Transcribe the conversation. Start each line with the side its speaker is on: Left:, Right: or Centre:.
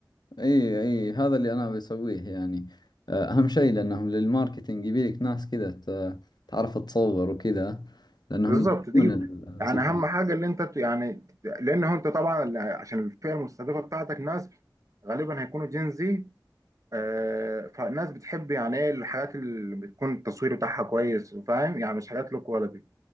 Left: اي اي هذا اللي انا بسويه يعني آه، اهم شيء لانهم للماركتينج يبيلك ناس كذا ت- تعرف تصور وكذا لانهم
Right: بالظبط
Left: يدرون
Right: تجيب يعني
Left: الزبائن
Right: اهم حاجه اللي انت ت- يعني لان هو انت طبعا عشان الفئه المستهدفه بتاعتك ناس غالبا هيكونوا جين زي آه، فالناس بتحب يعني ايه الحاجات اللي بتكون التصوير بتاعها كويس فاهم يعني مش حاجات لو كواليتي